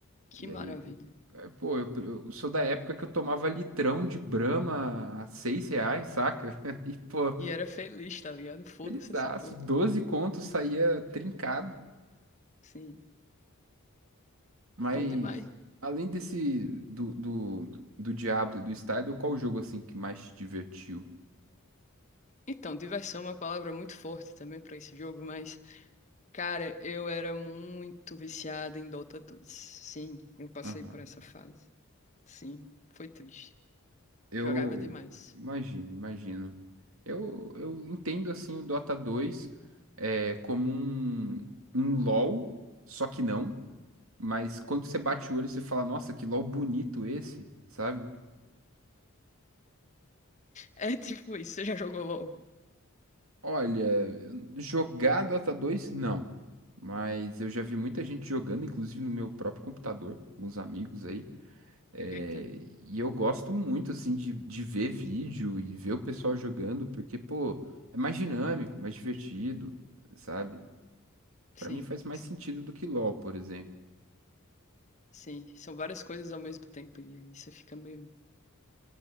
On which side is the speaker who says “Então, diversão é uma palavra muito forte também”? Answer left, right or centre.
Left